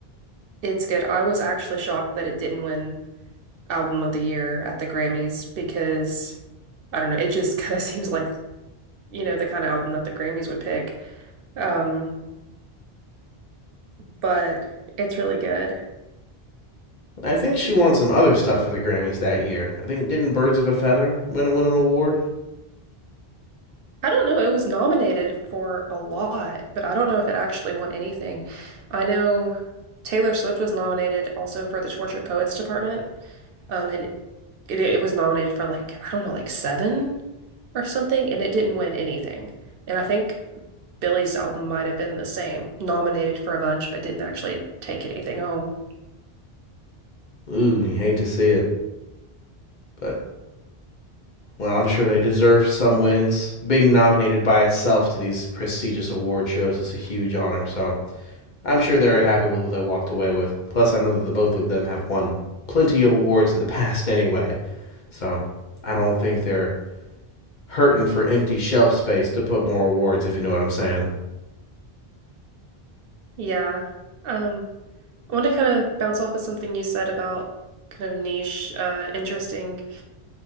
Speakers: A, on the right (about 65°); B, on the left (about 50°).
A: it's good. I was actually shocked that it didn't win Album of the Year at the Grammys because I don't know, it just kind of <laughs> seems like, you know, the kind of album that the Grammys would pick. Um, but it's really good.
B: I think she won some other stuff for the Grammys that year. I think didn't Birds of a Feather win, win an award?
A: I don't know, it was nominated for a lot, but I don't know if it actually won anything. I know Taylor Swift was nominated also for the Tortured Poets Department. Um, and it it was nominated for like, I don't know, like seven or something, and it didn't win anything. And I think Billy's album might have been the same, nominated for a bunch, but didn't actually take anything home.
B: Ooh, you hate to see it, but Well, I'm sure they deserve some wins. Being nominated by itself to these prestigious award shows is a huge honor, so I'm sure they're happy with what they walked away with. Plus, I know that the both of them have won plenty of awards in the <laughs> past anyway, so I don't think they're hurting for empty shelf space to put more awards, if you know what I'm saying.
A: Yeah. Um, I want to kind of bounce off of something you said about kind of niche, uh, interesting